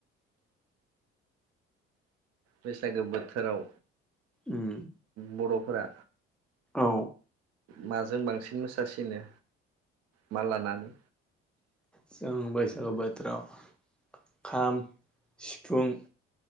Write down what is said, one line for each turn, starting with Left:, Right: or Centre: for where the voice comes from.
Right: बैसागो बोथोराव
Centre: उम
Right: बर'फोरा
Centre: औ
Right: माजों बांसिन मोसासिनो मा लानानै?
Centre: जों बैसागु बोथोराव खाम सिफुं